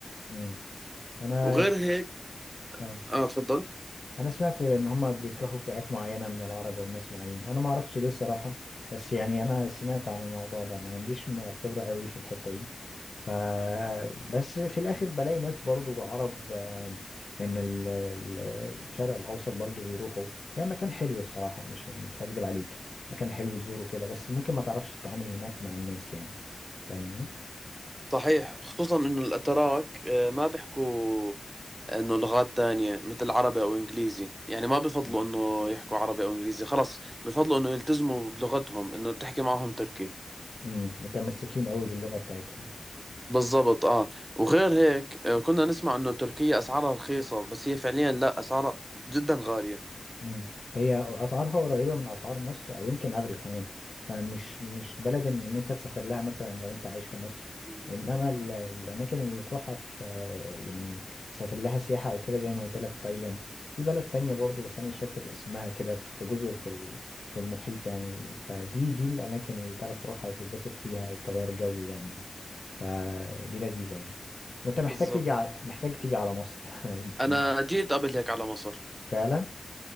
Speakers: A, on the left; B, on the right.
A: امم انا
B: وغير
A: س...
B: هيك
A: اه
B: اه تفضل
A: انا سمعت ان هما بيكرهوا فئات معينه من العرب وناس معين انا ما اعرفش ليه الصراحه بس يعني انا سمعت عن الموضوع ده ما عنديش م- خبره قوي في الحته دي ف بس في الاخر بلاقي ناس برضو عرب آه، من ال- ال- الشرق الاوسط برضو بيروحوا هي مكان حلو الصراحه مش مش هكدب عليك مكان حلو تزوره كده بس ممكن ما تعرفش تتعامل هناك مع الناس يعني فاهمني
B: صحيح خصوصا انه الاتراك آه، ما بيحكوا انه لغات تانية مثل عربي او انجليزي يعني ما بفضلوا
A: مم.
B: انه يحكوا عربي او انجليزي خلص بفضلوا انه يلتزموا بلغتهم انه تحكي معهم تركي
A: مم، متمسكين قوي باللغه بتاعتهم
B: بالضبط اه وغير هيك آه، كنا نسمع انه تركيا اسعارها رخيصة بس هي فعليا لا اسعارها جدا غالية
A: مم. هي اسعارها قريبه من اسعار مصر او يمكن اغلى كمان فمش مش بلد ان إن انت تسافر لها مثلا لو انت عايش في مصر
B: مم.
A: انما ال- الاماكن اللي تروحها في يعني تسافر لها سياحه او كده زي ما قلت لك تايلاند في بلد تانية برضو بس انا مش فاكر اسمها كده في جزر في ال- في المحيط يعني فدي دي الاماكن اللي تعرف تروحها وتتبسط فيها تغير جو يعني فدي لذيذه يعني وانت محتاج
B: بالضبط
A: تيجي ع- محتاج تيجي على مصر <laughs> في
B: انا
A: مصر.
B: جيت قبل هيك على مصر
A: فعلا